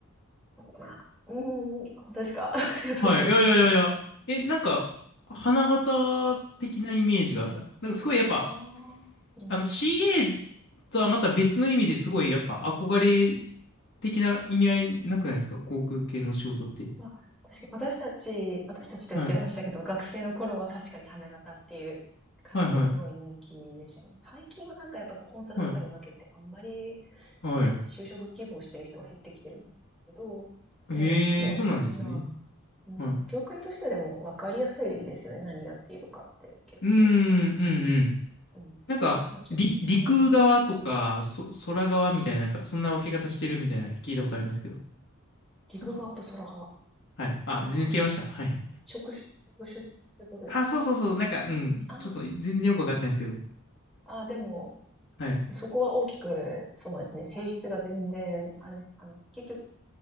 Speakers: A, in the centre; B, on the left.
A: まあ、うーん、本当ですか <laughs> ありがとうございます。
B: はい。いやいやいやいや。え、なんか、花形的なイメージが、な、なんかすごいやっぱ、
A: ああ、うん
B: あの CA とはまた別の意味ですごいやっぱ憧れ的な意味合いなくないですか航空系の仕事って。
A: まあ、確かに私たち私たちと言っちゃいましたけど、
B: はい。
A: 学生の頃は確かに花形っていう感じですごい人気でしたね。
B: はいはい。
A: 最近はなんかやっぱコンサルとかに負けて、
B: はい。
A: あんまり
B: はい。
A: やっぱり就職希望してる人は減ってきてるみたいですけど、
B: ええそうなんですね。
A: でもそうですね、今、うん、
B: はい。う
A: 業界としてでも分かりやすいですよね、何やっているかって結構。
B: ーん、うんうん。
A: うん。
B: なんか、
A: まあ、ちょっと、
B: り、陸側とか、
A: うん、
B: そ、空側みたいな、なんか、そんな分け方してるみたいな聞いたことありますけど。そうそう。
A: 陸側と空側。あ
B: はい。あ、全然違いました。
A: あ、
B: はい。
A: 職種職種ってことですか？
B: あ、そうそうそう、なんか、うん、
A: あ
B: ちょっと全然よくわかってないですけど。
A: あ、ああ、でも
B: はい。
A: そこは大きく、そうですね、性質が全然、あれです、あの、結局、